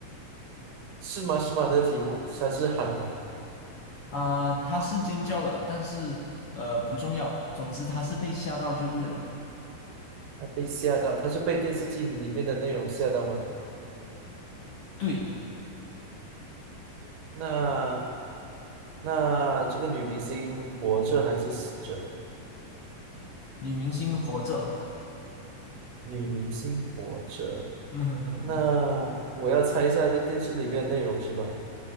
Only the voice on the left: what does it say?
啊，她是尖叫了，但是呃不重要，总之她是被吓到就对了。
对。
女明星活着，
<laughs> 嗯哼哼，